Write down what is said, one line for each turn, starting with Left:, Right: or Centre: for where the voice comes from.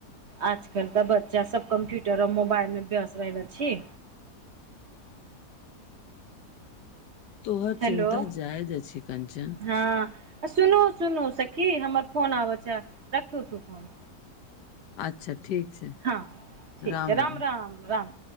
Right: आजकल तऽ बच्चा सब कम्प्यूटर आऔर मोबाइल मे व्यस्त रहैत अछि
Left: तोहर
Right: हेलो
Left: चिन्ता जायज अछि कंचन
Right: हँ सुनू सुनू सखी हमर फोन आबैत यऽ रखू तू फोन
Left: अच्छा ठीक छै,
Right: हँ ठीक
Left: राम-राम।
Right: छै राम राम राम